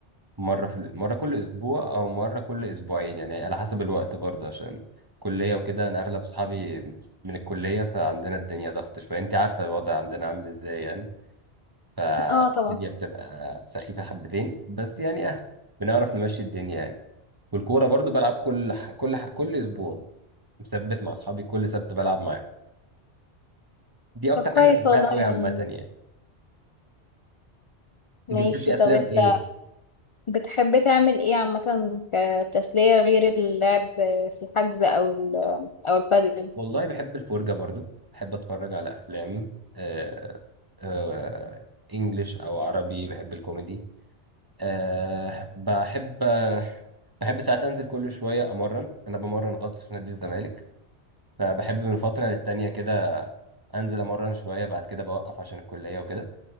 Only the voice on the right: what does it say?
مرة في ال- مرة كل أسبوع أو مرة كل أسبوعين يعني على حسب الوقت برضه عشان كلية وكده أنا أغلب صحابي من الكلية فعندنا الدنيا ضغط شوية أنت عارفة الوضع عندنا عامل إزاي يعني فالدنيا
بتبقى سخيفة حبتين بس يعني أه بنعرف نمشي الدنيا يعني والكورة برضه بلعب كل ح... كل ح... كل أسبوع مثبت مع أصحابي كل سبت بلعب معاهم دي أكتر
حاجة بحبها
قوي
عامة يعني
أنت بتحبي أفلام
إيه؟
والله بحب الفرجة برضو بحب اتفرج على افلام آه آه انجليش او عربي بحب الكوميدي آه بحب آه بحب ساعات انزل كل شوية امرن انا بمرن غطس في نادي الزمالك فبحب من فترة للتانية كده انزل امرن شوية بعد كده بوقف عشان الكلية وكده